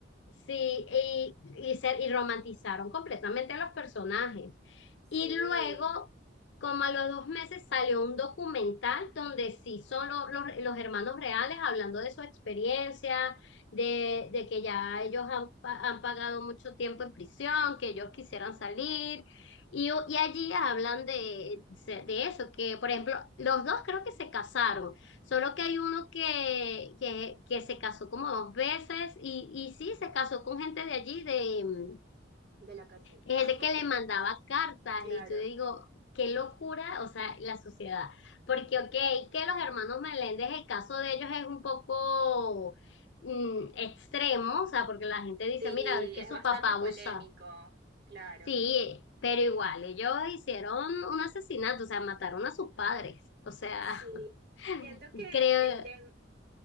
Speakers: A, on the left (about 75°); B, on the right (about 60°).
A: Sí, y, y, se- y romantizaron completamente a los personajes. Y
B: Sí,
A: luego, como a los dos meses, salió un documental donde sí son lo- los, los hermanos reales hablando de su experiencia, de, de que ya ellos han, pa- han pagado mucho tiempo en prisión, que ellos quisieran salir. Y, y allí hablan de, de eso, que por ejemplo, los dos creo que se casaron. Solo que hay uno que, que, que se casó como dos veces y, y sí, se casó con gente de allí, de, mm,
B: de la cárcel.
A: gente
B: <laughs>
A: que le mandaba cartas
B: Claro.
A: y yo digo, qué locura, o sea, la sociedad. Porque, ok, que los hermanos Meléndez, el caso de ellos es un poco mm, extremo, o sea, porque la gente dice,
B: Sí,
A: mira, es que
B: es
A: su
B: bastante
A: papá abusa.
B: polémico, claro.
A: Sí, pero igual, ellos hicieron un asesinato, o sea, mataron a sus padres. O sea,
B: Sí,
A: <laughs>
B: siento que
A: creo,
B: el tema,